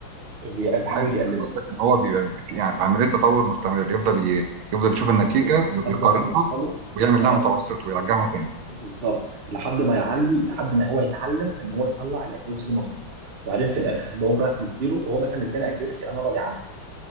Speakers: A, on the right; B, on the right.
A: بي- بيحاول
B: اه يعني
A: يقلله
B: انت قصدك ان هو بيبقى في يعني في عمليه تطور مستمر يفضل ي... يفضل يشوف النتيجه
A: بالظبط لحد
B: ويقارنها
A: ما نوصله
B: ويعمل
A: اه
B: لها متوسط ويرجعها تاني
A: بالظبط لحد ما يعلي لحد ما هو يتعلم ان هو يطلع الاكيورسي دي مظبوط وبعدين في الاخر بقوم رايح مديله هو مثلا اداني اكيورسي انا راضي عنها